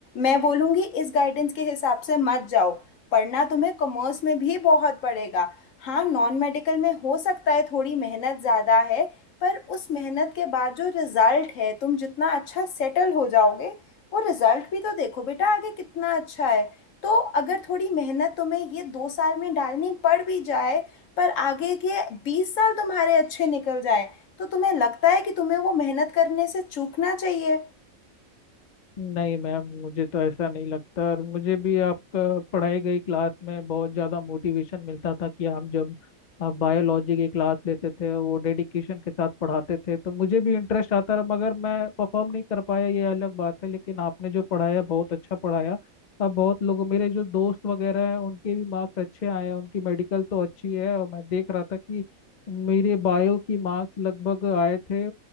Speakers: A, on the left; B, on the left.
A: मैं बोलूँगी इस गाइडेंस के हिसाब से मत जाओ पढ़ना तुम्हें कॉमर्स में भी बहुत पड़ेगा हाँ नॉन मेडिकल में हो सकता है थोड़ी मेहनत ज़्यादा है पर उस मेहनत के बाद जो रिजल्ट है तुम जितना अच्छा सेटल हो जाओगे वो रिजल्ट भी तो देखो बेटा आगे कितना अच्छा है तो अगर थोड़ी मेहनत तुम्हें ये दो साल में डालनी पड़ भी जाए पर आगे के बीस साल तुम्हारे अच्छे निकल जाएं तो तुम्हें लगता है कि तुम्हें वो मेहनत करने से चूकना चाहिए
B: नहीं मैम मुझे तो ऐसा नहीं लगता और मुझे भी आपका पढ़ाई गई क्लास में बहुत ज़्यादा मोटिवेशन मिलता था कि हम जब बायोलॉजी की क्लास लेते थे वो डेडिकेशन के साथ पढ़ाते थे तो मुझे भी इंटरेस्ट आता रहा मगर मैं परफॉर्म नहीं कर पाया ये अलग बात है लेकिन आपने जो पढ़ाया बहुत अच्छा पढ़ाया अब बहुत लोगों मेरे जो दोस्त वगैरह हैं उनके भी मार्क्स अच्छे आए हैं उनकी मेडिकल तो अच्छी है और मैं देख रहा था कि मेरे बायो की मार्क्स लगभग आए थे